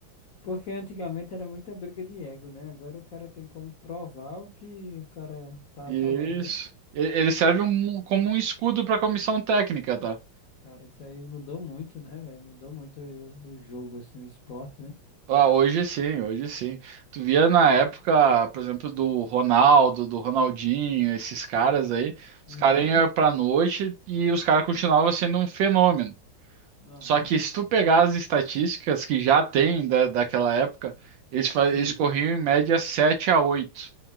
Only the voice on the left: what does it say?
Porque antigamente era muita briga de ego, né? Agora o cara tem como provar o que o cara tá
falando, né?
Cara, isso aí mudou muito, né, velho? Mudou muito o, o jogo, assim, o esporte, né?
Uhum.
Aham.
Sim.